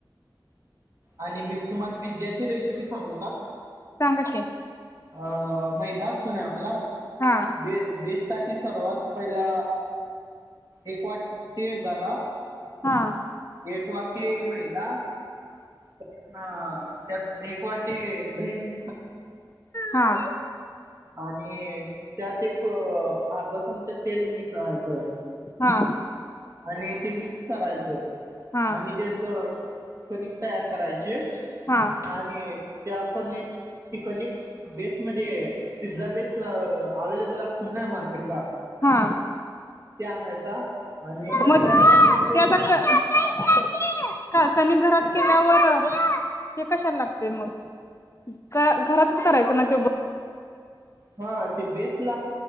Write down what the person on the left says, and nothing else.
सांगा की.
हा
हां.
हा.
हा.
हा
हा
हा,
मग
ते आता क क कनिक घरात केल्यावर ते कशाला लागतय मग <inaudible> ख घरातच करायचं ना त्यो पण